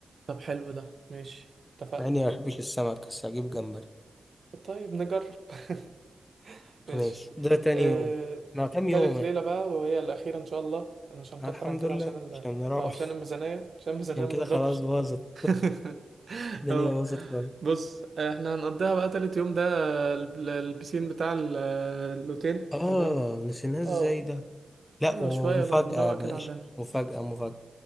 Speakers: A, on the right; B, on the left.
A: طب حلو ده ماشي اتفقنا
B: مع إني ما بحبش السمك بس هجيب جمبري
A: طيب نجرب <laughs> ماشي
B: ماشي ده تاني
A: آه...
B: يوم مع كام
A: تالت
B: يوم
A: ليلة
B: إحنا
A: بقى وهي الأخيرة إن شاء الله مش هنكتر
B: آه، الحمد
A: عن كده
B: لله
A: عشان ال...
B: عشان نروح
A: آه عشان الميزانية عشان الميزانية
B: عشان
A: ما
B: كده
A: تضربش
B: خلاص باظت
A: <laughs>
B: الدنيا
A: اه
B: باظت خالص
A: بص احنا هنقضيها بقى تالت يوم ده ال- البسين بتاع ال- الأوتيل
B: آه
A: تمام
B: نسيناه إزاي
A: اه
B: ده لأ
A: أيوة
B: ومفاجأة
A: شوية بقى نروق
B: يا باشا
A: كده عندنا
B: مفاجأة مفاجأة